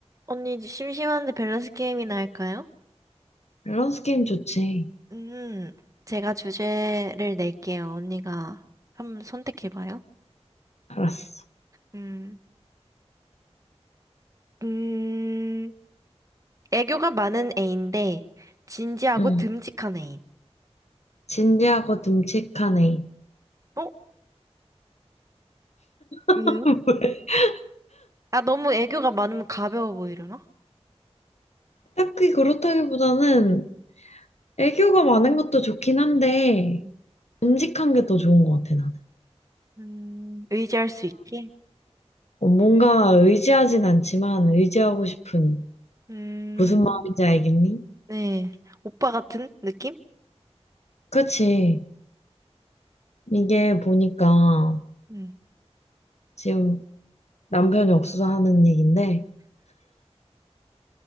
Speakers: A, on the right; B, on the left.
A: 언니, 심심한데 밸런스 게임이나 할까요?
B: 밸런스 게임 좋지.
A: 음, 제가 주제를 낼게요. 언니가 한번 선택해봐요.
B: 알았어.
A: 음, 음, 애교가 많은 애인데, 진지하고
B: 응.
A: 듬직한 애인.
B: 진지하고 듬직한 애인.
A: 어?
B: <laughs>
A: 왜요? 아, 너무 애교가 많으면 가벼워 보이려나?
B: 딱히 그렇다기보다는 애교가 많은 것도 좋긴 한데,
A: 음,
B: 듬직한 게 더 좋은 것 같아, 나는.
A: 음, 의지할 수 있게?
B: 어, 뭔가 의지하진 않지만 의지하고 싶은
A: 음,
B: 무슨 마음인지 알겠니?
A: 네. 오빠 같은 느낌?
B: 그치. 이게 보니까
A: 음.
B: 지금 남편이 없어서 하는 얘긴데,